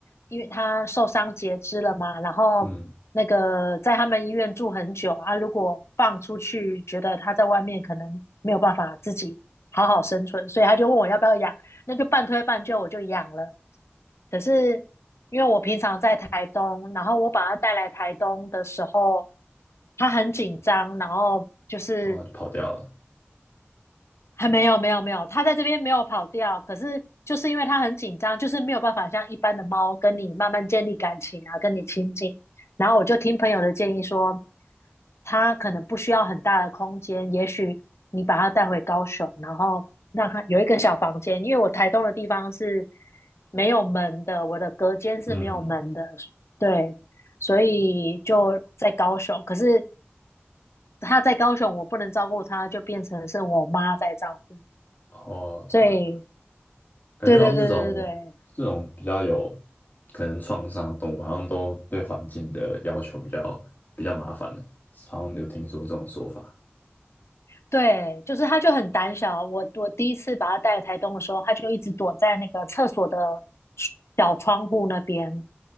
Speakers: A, on the left; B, on the left.
A: 因为它受伤截肢了嘛，然后那个在他们医院住很久啊，
B: 嗯，
A: 如果放出去，觉得它在外面可能没有办法自己好好生存，所以他就问我要不要养，那就半推半就我就养了。可是因为我平常在台东，然后我把它带来台东的时候，它很紧张，然后就是
B: 然后就跑掉了，
A: 还没有没有没有，它在这边没有跑掉，可是就是因为它很紧张，就是没有办法像一般的猫跟你慢慢建立感情啊，跟你亲近。然后我就听朋友的建议说，它可能不需要很大的空间，也许你把它带回高雄，然后让它有一个小房间，因为我台东的地方是没有门的，我的隔间是没有门的，
B: 嗯，
A: 对，所以就在高雄。可是他在高雄，我不能照顾他，就变成是我妈在照顾。
B: 哦，
A: 所以，
B: 对啊感觉好像这种这种比较有
A: 对对对对对对
B: 可能创伤的动物，好像都对环境的要求比较比较麻烦的，好像有听说这种说法，
A: 对，就是他就很胆小。我我第一次把他带来台东的时候，他就一直躲在那个厕所的小窗户那边。